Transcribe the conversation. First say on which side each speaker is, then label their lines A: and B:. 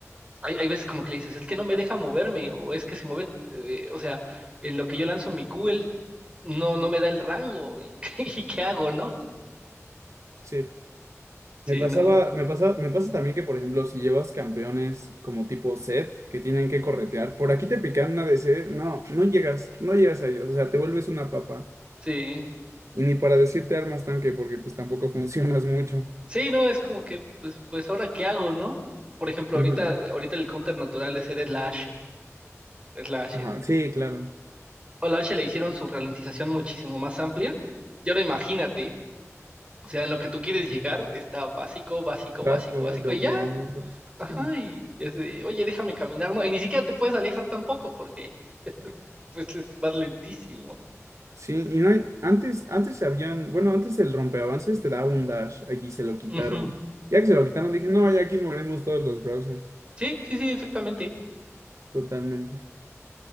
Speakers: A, on the right (about 20°); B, on the right (about 65°).
A: hay, hay veces como que le dices, es que no me deja moverme, o es que se mueve, eh, o sea, en lo que yo lanzo mi Q, él no, no me da el rango, y, <laughs> y qué hago, ¿no?
B: Sí.
A: Sí,
B: Me pasaba,
A: no,
B: me pasa, me pasa también que, por ejemplo, si llevas campeones como tipo set que tienen que corretear, por aquí te pican una DC, no, no llegas, no llegas a ellos, o sea, te vuelves una papa.
A: sí.
B: Y ni para decirte armas tanque, porque pues tampoco <laughs> funcionas mucho.
A: Sí, no, es como que, pues, pues ahora qué hago, ¿no? Por ejemplo,
B: Ujú.
A: ahorita, ahorita el counter natural de ser es la H. Es la H.
B: Ajá, sí, claro.
A: o la H le hicieron su ralentización muchísimo más amplia. Y ahora imagínate, o sea, en lo que tú quieres llegar está básico, básico,
B: Básico,
A: básico,
B: va,
A: básico,
B: W,
A: y ya,
B: básico, sí.
A: ajá, y es de, oye, déjame caminar, no, y ni siquiera te puedes alejar tampoco porque pues es- vas lentísimo.
B: Sí, y no hay- antes, antes habían, bueno, antes el rompeavances te daba un dash, allí se lo quitaron.
A: Ujú.
B: Ya que se lo quitaron, dije, no, ya aquí morimos todos los browsers,
A: Sí, sí, sí, exactamente.
B: totalmente.